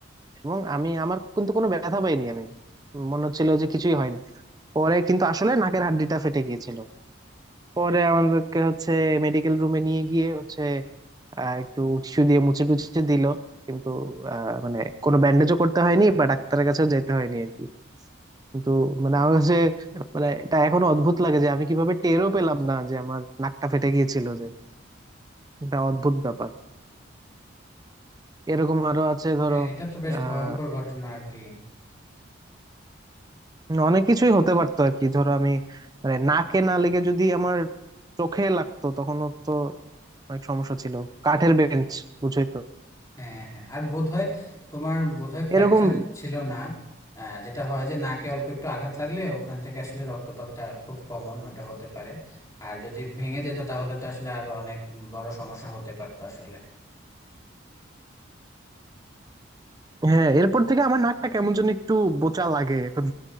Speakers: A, on the right (about 20°); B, on the left (about 15°).
A: এবং আমি আমার কিন্তু কোনো ব্যথা পাইনি আমি মনে হচ্ছিল যে কিছুই হয়নি পরে কিন্তু আসলে নাকের হাড্ডিটা ফেটে গিয়েছিল পরে আমাদেরকে হচ্ছে মেডিকেল রুমে নিয়ে গিয়ে হচ্ছে আহ, একটু টিস্যু দিয়ে মুছে টুছে দিল কিন্তু আহ, মানে কোনো ব্যান্ডেজও করতে হয়নি বা ডাক্তারের কাছেও যেতে হয়নি আর কি কিন্তু মানে আমার কাছে মানে এটা এখনো অদ্ভুত লাগে যে আমি কিভাবে টেরও পেলাম না যে আমার নাকটা ফেটে গিয়েছিল যে এটা অদ্ভুত ব্যাপার এরকম আরো আছে ধরো
B: হ্যাঁ এটা তো বেশ
A: আহ
B: ভয়ঙ্কর ঘটনা আর কি
A: অনেক কিছুই হতে পারতো আর কি ধরো আমি মানে নাকে না লেগে যদি আমার চোখে লাগতো তখনও তো অনেক সমস্যা ছিল কাঠের বেঞ্চ বুঝই তো
B: হ্যাঁ হ্যাঁ আর বোধহয় তোমার বোধহয় ফ্র্যাকচার
A: এরকম
B: ছিল না আহ, যেটা হয় যে নাকে অল্প একটু আঘাত লাগলে ওখান থেকে আসলে রক্তপাতটা খুব কমন ওটা হতে পারে আর যদি ভেঙে যেত তাহলে তো আসলে আরো অনেক বড় সমস্যা হতে পারতো আসলে
A: হ্যাঁ এরপর থেকে আমার নাকটা কেমন যেন একটু বোচা লাগে এখন